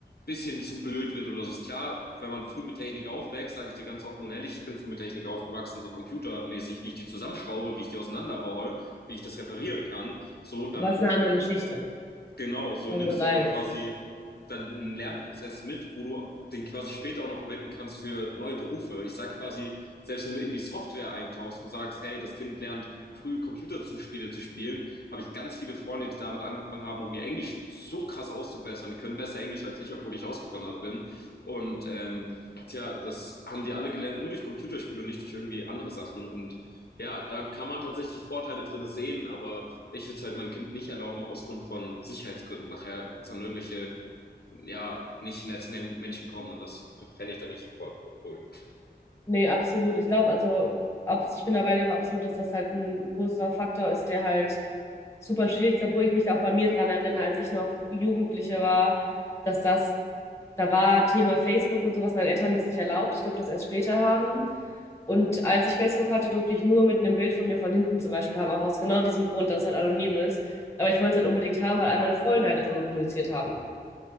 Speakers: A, on the left; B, on the left.
A: bisschen zu blöd wird oder so. Ist klar, wenn man früh mit Technik aufwächst, sage ich dir ganz offen und ehrlich, ich bin früh mit Technik aufgewachsen, so computermäßig, wie ich die zusammenschraube, wie ich die auseinanderbaue, wie ich das reparieren kann, so, dann
B: aber es ist eine andere Geschichte.
A: Genau, so
B: Da
A: nimmst
B: sind wir uns einig.
A: du aber quasi dann einen Lernprozess mit, wo du den quasi später auch noch verwenden kannst für neue Berufe. Ich sage quasi, selbst wenn du in die Software eintauchst und sagst, hey, das Kind lernt früh Computerspiele zu spielen, habe ich ganz viele Freunde, die damit angefangen haben, um ihr Englisch so krass auszubessern. Die können besser Englisch als ich, obwohl ich ausgewandert bin. Und ähm, tja, das haben die alle gelernt, nur durch Computerspiele und nicht durch irgendwie andere Sachen. Und ja, da kann man tatsächlich Vorteile drin sehen, aber ich würde es halt meinem Kind nicht erlauben, aus Grund von Sicherheitsgründen. Nachher wird dann irgendwelche, ja, nicht netten Menschen kommen und das fände ich dann nicht so cool.
B: Nee, absolut. Ich glaube, also, ab, ich bin dabei, aber absolut, dass das halt ein großer Faktor ist, der halt super schwierig obwohl ich mich da auch bei mir dran erinnere, als ich noch Jugendliche war, dass das, da war Thema Facebook und sowas, meine Eltern haben mir es nicht erlaubt, ich durfte das erst später haben. Und als ich Facebook hatte, durfte ich nur mit einem Bild von mir von hinten zum Beispiel haben, auch aus genau diesem Grund, dass es halt anonym ist. Aber ich wollte es halt unbedingt haben, weil all meine Freunde halt darüber kommuniziert haben.